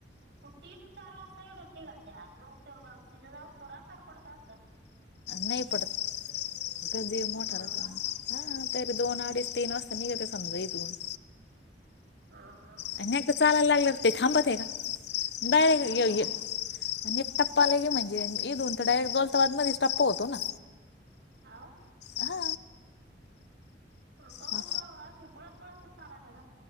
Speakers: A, on the right; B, on the left.
A: मग तीन चार वाजता येडून निघाच्या मग ते बगशीने जाऊस्तर अंधार पडत असल
B: नाही पडत, दिवस मोठा
A: हा
B: राहतो.
A: का
B: हा तरी दोन अडीच, तीन वाजता निघते समजा इथून
A: ह हा
B: आणि नाही का चालायला लागलं ते थांबातेये का? डायरेक्ट
A: हा एवढा
B: ये
A: आहे
B: आणि एक टप्पाला के म्हणजे इथून तर डायरेक्ट दोन स्टॉप मधेच टप्प होतो ना
A: हाव
B: हा
A: रुकोगा
B: हा
A: असशी पळत पळतच चारात्या का?